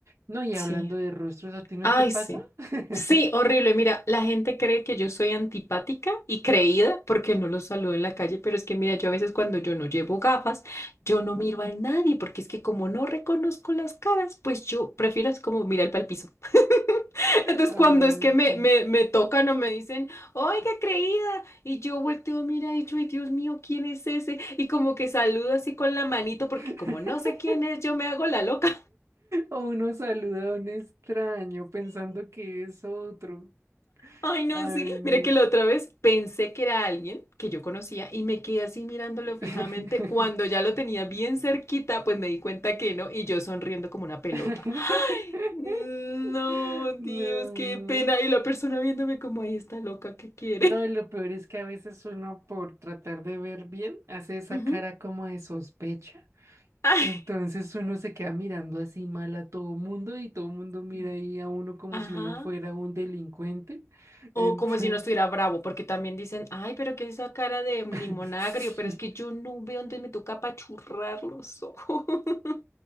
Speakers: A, on the right; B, on the left.
A: No, y
B: sí.
A: hablando de rostros, ¿a ti no
B: Ay,
A: te pasa?
B: sí.
A: <laughs>
B: Sí, horrible. Mira, la gente cree que yo soy antipática y creída porque no los saludo en la calle, pero es que mira, yo a veces cuando yo no llevo gafas, yo no miro a nadie porque es que como no reconozco las caras, pues yo prefiero es como mirar para el piso. <laughs> Entonces,
A: Ay,
B: cuando es que me,
A: sí.
B: me, me tocan o me dicen, oiga, creída, y yo volteo, mira, y yo, ay, Dios mío, ¿quién es ese? Y como que saludo así con la manito, porque
A: <laughs>
B: como no sé quién es, yo me hago la loca.
A: O uno saluda a un extraño pensando que es otro.
B: Ay, no,
A: Ay,
B: sí.
A: no.
B: Mira que la otra vez pensé que era alguien que yo conocía y me quedé así mirándolo
A: <laughs>
B: fijamente. Cuando ya lo tenía bien cerquita, pues me di cuenta que no y yo sonriendo como una pelota.
A: <laughs>
B: No, Dios,
A: No,
B: qué pena. Y la persona viéndome como ahí está loca, ¿qué quiere?
A: no, y lo peor es que a veces uno por tratar de ver bien hace esa
B: Ujú.
A: cara como de sospecha.
B: <laughs>
A: Entonces
B: Ay,
A: uno se queda mirando así mal a todo mundo y todo mundo mira
B: sí.
A: ahí a uno como
B: Ajá.
A: si uno fuera un delincuente. Entonces,
B: O como si no estuviera bravo, porque también dicen, ay, pero qué es esa cara de limón
A: <laughs>
B: agrio,
A: sí.
B: pero es que yo no veo, entonces me toca apachurrar los ojos. <laughs>